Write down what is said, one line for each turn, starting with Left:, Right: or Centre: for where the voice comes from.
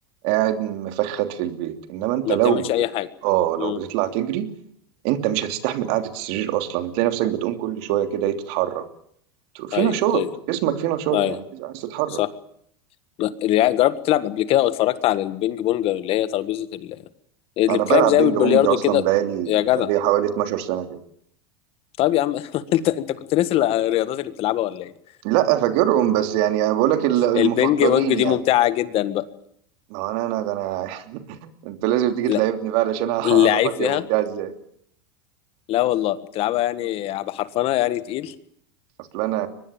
Right: قاعد مفخد في البيت انما انت
Left: ما
Right: لو
Left: بتعملش اي
Right: بت...
Left: حاجه
Right: اه
Left: امم
Right: لو بتطلع تجري انت مش هتستحمل قعدة السرير اصلا هتلاقي نفسك بتقوم كل شوية كده ايه تتحرك في
Left: ايوه
Right: نشاط
Left: ايوه
Right: جسمك فيه نشاط
Left: ايوه
Right: يعني عايز عايز تتحرك
Left: صح لا، اللي جربت تلعب قبل كده واتفرجت على البينج بونج اللي هي ترابيزه ال... اللي
Right: انا
Left: بتلعب
Right: بلعب
Left: زي
Right: بينج
Left: بالبلياردو
Right: بونج اصلا
Left: كده
Right: بقالي
Left: يا جدع
Right: بقالي حوالي 12 سنة كده
Left: طب يا عم <laughs> انت انت كنت ناسي الرياضات اللي بتلعبها ولا ايه
Right: لا فاكرهم بس يعني انا بقول لك ال- المفضلين
Left: البينج بونج دي
Right: يعني
Left: ممتعة جدا بقى
Right: ما هو انا انا ده انا <laughs> انت لازم تيجي تلعبني
Left: لا
Right: بقى علشان اعرفك
Left: اللعيب فيها
Right: يا ممتاز
Left: لا والله بتلعبها يعني
Right: ازاي
Left: بحرفنة يعني تقيل
Right: اصل انا